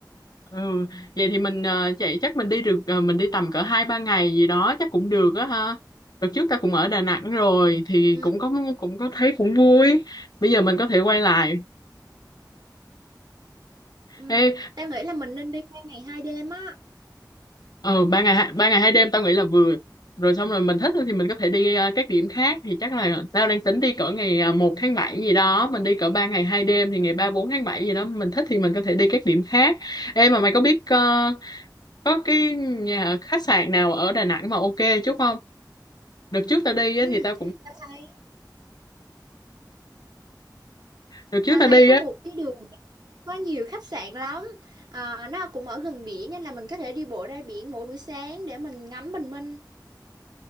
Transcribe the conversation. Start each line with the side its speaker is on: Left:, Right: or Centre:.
Left: ừ vậy thì mình ờ, chạy chắc mình đi được ờ, mình đi tầm cỡ hai ba ngày gì đó chắc cũng được á ha đợt trước ta cũng ở Đà Nẵng rồi thì
Right: Ừ,
Left: cũng có cũng có thấy cũng vui bây giờ mình có thể quay lại
Right: ừ,
Left: Ê,
Right: tao nghĩ là mình nên đi qua ngày hai đêm á.
Left: ừ ba ngày hai- ba ngày hai đêm tao nghĩ là vừa rồi xong rồi mình thích thì mình có thể đi à, các điểm khác thì chắc là tao đang tính đi cỡ ngày à, 1 tháng 7 gì đó mình đi cỡ 3 ngày hai đêm thì ngày 3 4 tháng 7 gì đó mình thích thì mình có thể đi các điểm khác em mà mày có biết ờ, có cái nhà khách sạn nào ở Đà Nẵng mà ok chút không đợt trước tao đi á,
Right: Ừ,
Left: thì tao cũng
Right: tao thấy
Left: đợt trước
Right: tao
Left: tao
Right: thấy
Left: đi
Right: có
Left: á
Right: một cái đường có nhiều khách sạn lắm à, nó cũng ở gần biển nên là mình có thể đi bộ ra biển mỗi buổi sáng để mình ngắm bình minh